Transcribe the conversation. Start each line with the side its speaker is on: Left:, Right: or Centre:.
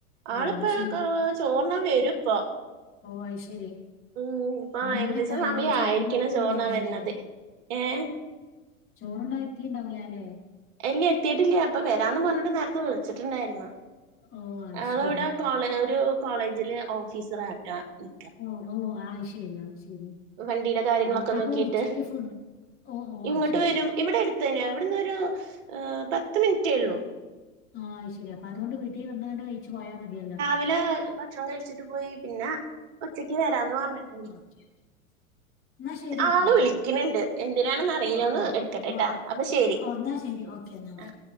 Left: ഓ
Right: ആളിപ്പൊ
Left: അത് ശരി.
Right: ചോർണ്ണാൻ വരും ഇപ്പൊ
Left: ഓ അത് ശരി.
Right: ഉം ഇപ്പൊ
Left: മണിയൊക്കെ
Right: ഏകദേശം
Left: ആയില്ലേ?
Right: സമയായിരിക്ക്ണ്
Left: ചോറുണ്ണാൻ എത്തിണ്ടാവൂലാല്ലേ?
Right: ചോർ തിന്നാൻ വരണത് ഏഹ്
Left: ചോറുണ്ണാ എത്തീണ്ടാവൂല ല്ലേ.
Right: ഇല്ല എത്തിട്ടില്ലാ ഇപ്പം വരാന്ന് പറഞ്ഞിട്ട് നേരത്തെ വിളിച്ചിട്ടുണ്ടായിരുന്നു.
Left: ഓ അത്
Right: ആള്
Left: ശരി.
Right: ഇവടെ കോളേ ഒരു കോളേജില് ഓഫീസർ ആർറ്റാ നി
Left: ഓഹ് ഓഹ് ആയി ശരി ആയി ശരി
Right: വണ്ടീലെ കാര്യങ്ങളൊക്കെ
Left: ആ അപ്പൊ
Right: നോക്കിട്ട്
Left: ഉച്ചയ്ക്ക് ഫുഡ് ഓ ഓ
Right: ഇങ്ങട്ട്
Left: അത് ശരി.
Right: വരും ഇവടെ അടുത്തന്നെ. ഇവട്ന്നൊരു ഏഹ് പത്ത് മിനിറ്റേ ഒള്ളൂ
Left: ആഹ് അഹ്ശരി. അപ്പൊ അതുകൊണ്ട് വീട്ടീ വന്നാണ്ട് കഴിച്ചു പോയാ മതിയല്ലോ
Right: വിലെ ഭക്ഷണം കഴിച്ചിട്ട് പോയി പിന്നെ ഉച്ചക്ക് വരാന്ന് പറഞ്ഞ്
Left: ഓക്കെ ഓക്കെ ന്നാ ശരിട്ടോ
Right: ആള് വിളിക്കണണ്ട് എന്തിനാണെന്ന് അറിയില്ല
Left: ഓക്കെ
Right: ഒന്ന്
Left: ഓക്കെ
Right: എടുക്കട്ടെട്ടാ
Left: ഓക്കേ
Right: അപ്പൊ ശരി
Left: ഓഹ് എന്നാ ശരി ഓ ക്കേ ന്നാ ബയ്.
Right: ആ ആ